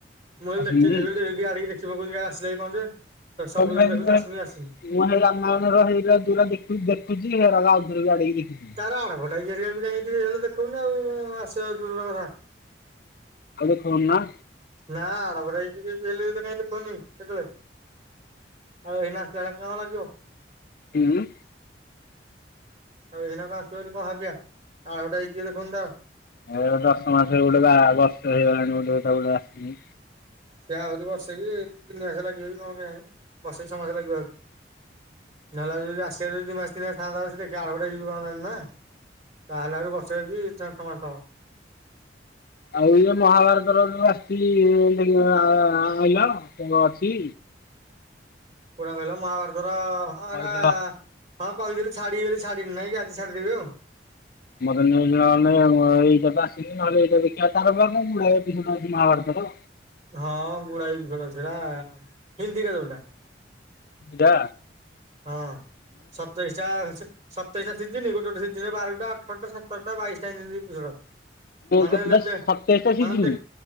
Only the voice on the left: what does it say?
ଆସିନି
କହିଲି
ଭାଇ
ମୁଁ ହେଇ ରାମାୟଣର ହେଇରା ଯୋଉରା ଦେଖୁ ଦେଖୁଚି ହେରାକୁ ଆଉଥରେ ବି ଆଡେଇକି ଦେଖୁଚି।
ଆଉ ଦେଖୋଉନି ନା।
ତିନୁ
ଏ ଦଶ ମାସ ହେ ଗୋଟେ ବା ବର୍ଷ ହେଇଗଲାଣି ଗୋଟେ ଗୋଟେ ଆସିି।
ଆଉ ଏଇନା ମହାଭାରତର ଆସିଛି ଆଇଲ ଅଛି।
କହିଥିଲ।
ମର ନେଇଣଲେଁ ଏଇଟା ବି ଆସିଲି ନହେଲେ ଏଇଟା ଦେଖିବା ତାର ବାଡଟା ଅଛି ମହାଭାରତର
ଟା
କେତେଟା
ସତେଇଶଟା ସିଜିନି।